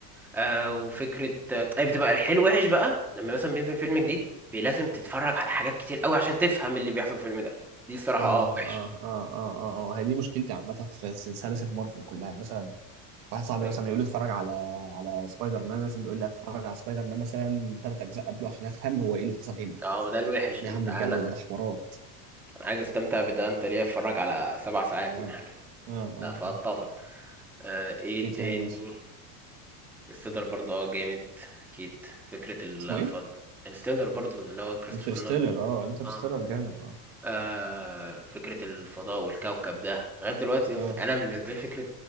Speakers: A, in the centre; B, on the right.
A: آه وفكرة آه، طيب بتبقى الحلو وحش بقى لما مثلا بينزل فيلم جديد بي- لازم تتفرج على حاجات كتير قوي عشان تفهم اللي بيحصل في الفيلم ده دي الصراحة
B: اه
A: اه
B: اه
A: وحشة
B: اه اه اه اه اه هي دي مشكلتي عامة في س- سلاسل مارفل كلها يعني مثلا واحد صاحبي
A: انت
B: مثلا يقول لي اتفرج على على سبايدر مان مثلا يقول لي اتفرج على سبايدر مان مثلا ثلاث اجزاء قبله عشان افهم هو ايه اللي حصل هنا
A: اه ده الوحش
B: يا
A: اللي
B: عم
A: انت انا
B: الجو ده ده حوارات
A: أنا عايز استمتع بده انت ليه اتفرج على سبع ساعات
B: اه
A: من حاجة
B: اه اه
A: لا فاتفق
B: اه
A: آه ايه
B: ايه تاني
A: تاني
B: مثلا
A: الستيلر برضه اه جامد اكيد فكرة الفضل
B: اسمه ايه
A: الستيلر برضه اللي هو كريستوفر
B: انترستيلر
A: نولان
B: اه انترستيلر
A: آه.
B: جامد اه
A: آه فكرة الفضاء والكوكب ده لغاية دلوقتي يا
B: اه
A: اسطى أنا بالنسبة لي فكرة